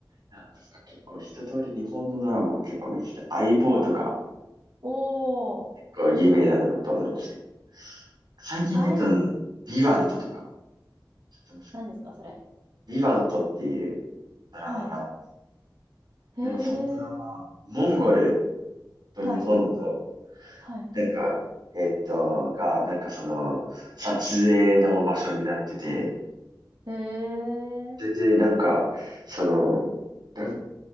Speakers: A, on the right; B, on the right.
A: なんか結構一通り日本のドラマは結構見てて、相棒とか、
B: お
A: 結構有名だなと思うんですけど、
B: ー、
A: 最近で言うと、
B: あい、
A: ビバントとか、知ってますか
B: 何ですか、それ。
A: ビバントっていうドラマが、
B: はい。へえ、
A: なんかそのドラマ、モンゴルと日本の、
B: はい、はい。
A: なんか、えっと、が、なんかその、撮影の場所になってて、
B: へえ、
A: それで、なんか、その、何、